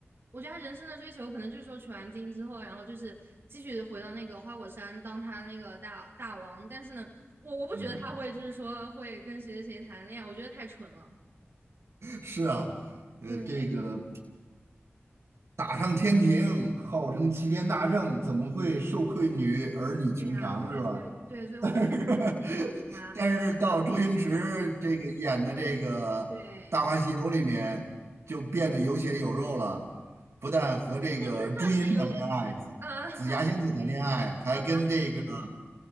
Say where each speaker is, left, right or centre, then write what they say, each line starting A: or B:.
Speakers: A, on the right; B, on the right.
A: 我觉得他人生的追求可能就是说取完经之后，然后就是继续回到那个花果山当他那个大大王。但是呢，我我不觉得他会就是说会跟谁谁谁谈恋爱，
B: 嗯。
A: 我觉得太蠢了。
B: 是啊，呃，
A: 对
B: 这个打上天庭，号称齐天大圣，怎么会受困于儿女情长是吧？
A: 对呀，对，所以对，
B: <laughs>
A: 所以我不太喜欢这种给他，
B: 但是，但是到周星驰这个演的这个《大话西游》里面，
A: 对呀，对。
B: 就变得有血有肉了，不但和这个朱茵谈恋爱，
A: 这这算是有，
B: 紫紫霞仙子谈恋爱，
A: 啊？<laughs>
B: 还跟这个
A: 好吧，